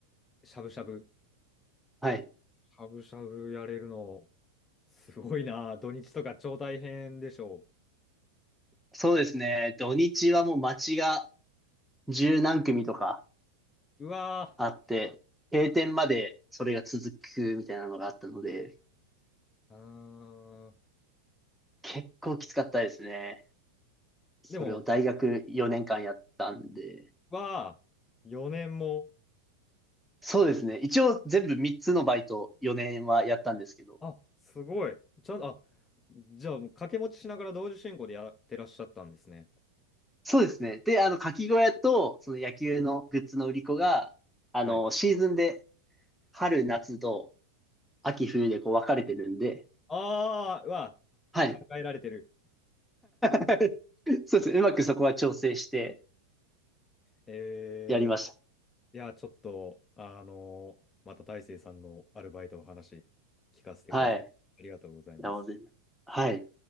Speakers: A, on the left; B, in the centre.
A: しゃぶしゃぶ。
B: はい。
A: しゃぶしゃぶやれるの、すごいな。土日とか超大変でしょ
B: そうですね。土日はもう街が十何組とか
A: う。うわ
B: あって、閉店までそれが続くみたいなのがあったので、
A: ー。あ
B: 結構きつかったですね。それを大学4年間やったんで、
A: ーでも、わー、4年も。
B: そうですね。一応全部3つのバイト4年はやったんですけど。
A: あ、すごい。ちゃん、あ、じゃあもう掛け持ちしながら同時進行でやってらっしゃったんですね。
B: そうですね。で、あの、かき小屋と、その野球のグッズの売り子が、あの、
A: はい。
B: シーズンで春、夏と秋、冬でこう分かれてるんで、
A: あー、わー、
B: はい。
A: 考えられてる。
B: <laughs> そうですね。うまくそこは調整して
A: えー、
B: やりまし
A: いや、ちょっと、あのまた大成さんのアルバイトの話聞かせてください。
B: た。はい。
A: ありがとうございます。
B: いや、もう全然。はい。